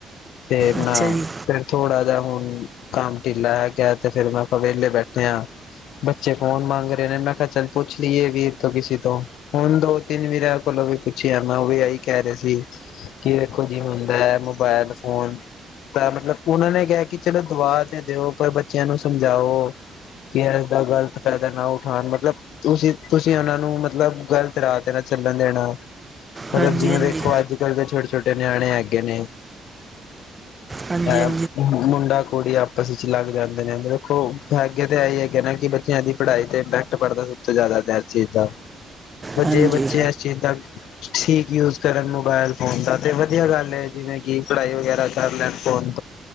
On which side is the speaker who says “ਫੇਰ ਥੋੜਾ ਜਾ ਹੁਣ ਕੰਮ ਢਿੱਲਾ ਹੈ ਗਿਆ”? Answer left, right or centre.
Left